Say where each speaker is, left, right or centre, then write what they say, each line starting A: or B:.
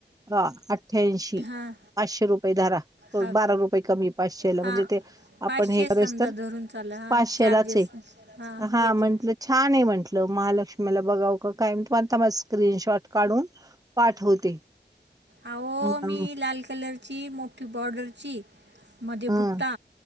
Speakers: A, on the right; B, on the right.
A: अठ्ठ्यांशी.
B: हां
A: पाचशे रुपये धारा
B: हां
A: बारा रुपये कमी पाचशेला
B: हां
A: म्हणजे ते
B: पाचशे
A: आपण हे
B: समजा
A: करेस तर.
B: धरून चाला हां
A: पाचशेलाच
B: चार्जेस
A: एक
B: हां
A: हा
B: येतील
A: म्हंटलं. छान आहे म्हटलं महालक्ष्मीला बघाव का काय आता मा स्क्रीनशॉट काढून. पाठवते.
B: अहो
A: ह
B: मी लाल कलरची मोठी बॉर्डरची मध्ये
A: ह
B: बुट्टा.